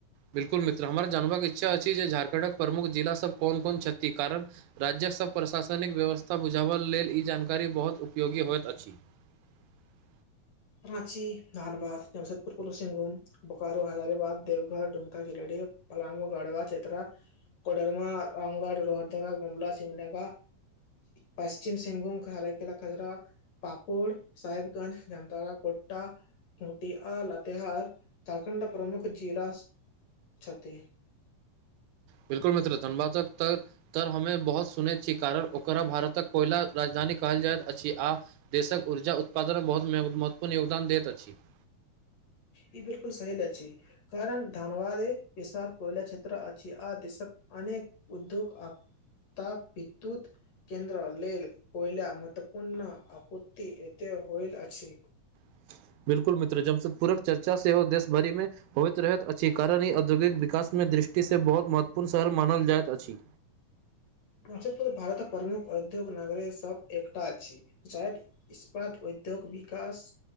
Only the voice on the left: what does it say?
राची धनबाद जमसेदपुर बोकारो हजारीबाग देवघर डूमका पलामू गड़वा चेत्रा कोडरमा रामगढ़ रोहरदा गुमला सिमनगा पश्चिम सिंहभूम ख खजरा पाकोर सााहेबगंज ज ताराकोटा खटिया लाातहार झारखण्ड प्रमुख जिला छथि
ई बिल्कुल सही कारण धानवाद बिशाल कोयला क्षेत्र अ आर देशक अनेक उद्योग त विद्युत केन्द्र लेल कोयला महत्वपूर्ण आपूर्ति होयल अछि
नसदपुर भारत प्रमुख औद्योग नगर सब एकटा अछि जायद इस्पात उद्योग विकास